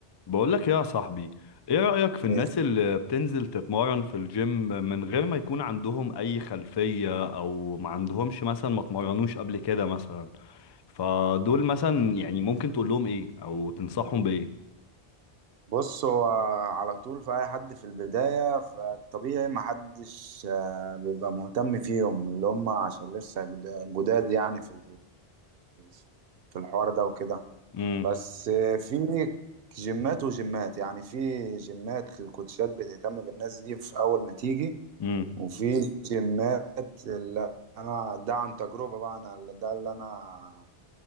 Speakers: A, on the left; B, on the right.
A: بقولك يا صاحبي ايه رأيك في الناس
B: إيه.
A: اللي بتنزل تتمرن في الجيم من غير ما يكون عندهم اي خلفية او ما عندهمش مثلا ما اتمرنوش قبل كده مثلا فدول مثلا يعني ممكن تقول لهم ايه او تنصحهم بايه
B: بص هو على طول في اي حد في البداية فالطبيعي ما حدش آه، بيبقى مهتم فيهم اللي هم عشان لسه جد- جداد يعني في ال- في الحوار ده وكده
A: امم
B: بس آه، في جيمات وجيمات يعني في جيمات الكوتشات بتهتم بالناس دي في اول ما تيجي
A: امم
B: وفي جيمات اللي انا ده عن تجربة بقى انا ده اللي انا